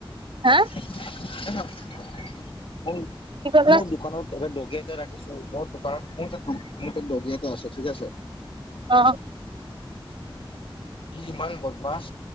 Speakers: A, on the right; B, on the left.
A: হা?
B: <unintelligible>
A: কি কলা
B: মোৰ দোকানত এ দগী এটা ৰাখিছো মোৰ দোকানত মোৰ এটা দগী এটা আছে ঠিক আছে
A: অঁ।
B: ই ইমান বদমাছ